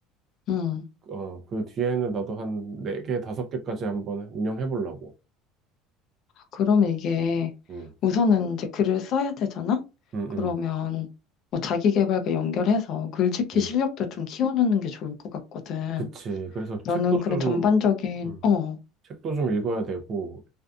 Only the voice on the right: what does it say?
어, 그 뒤에는 나도 한 4개, 5개까지 한번 운영해 보려고.
음,
음,
음,
음.
그치. 그래서
책도
좀,
음,
책도 좀 읽어야 되고,